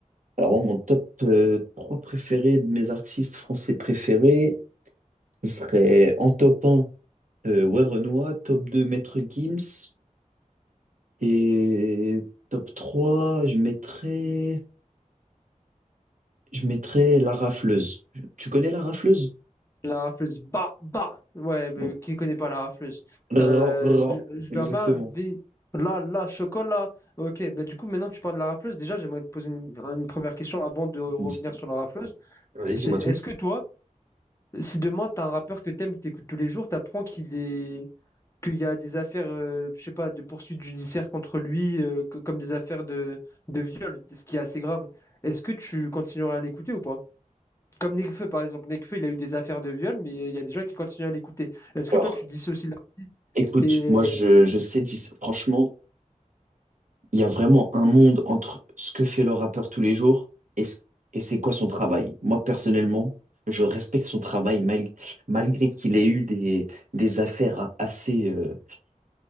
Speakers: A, on the right; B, on the left.
A: Alors moi, mon top euh, 3 préféré de mes artistes français préférés ce serait en top 1. Euh, ouais, Renoir, top 2, Maître Gims. Et top 3, je mettrais, je mettrais la rafleuse. Tu connais la rafleuse?
B: La rafleuse. Bah, bah! Ouais, mais
A: Non.
B: qui connaît pas la rafleuse?
A: Ra-
B: Euh,
A: ra-
B: je je
A: exactement.
B: leur mets un des- Là, là, chocolat. Ok, bah du coup, maintenant que tu parles de la rafleuse, déjà, j'aimerais te poser une, une première question avant de revenir
A: Di-
B: sur la rafleuse.
A: Vas-y,
B: C'est
A: dis-moi
B: est-ce
A: tout.
B: que toi, si demain, t'as un rappeur que t'aimes, que t'écoutes tous les jours, t'apprends qu'il est qu'il y a des affaires, euh, je sais pas, de poursuites judiciaires contre lui, euh, co- comme des affaires de, de viol, ce qui est assez grave. Est-ce que tu continueras à l'écouter ou pas? Comme Nekfeu, par exemple. Nekfeu, il a eu des affaires de viol, mais il y a des gens qui continuent à l'écouter. Est-ce que
A: Alors,
B: toi, tu dissocies l'artiste
A: écoute,
B: et...
A: moi,
B: euh,
A: je, je sais, dis- franchement, il y a vraiment un monde entre ce que fait le rappeur tous les jours et, ce- et c'est quoi son travail. Moi, personnellement, je respecte son travail mal- malgré qu'il ait eu des, des affaires assez, euh,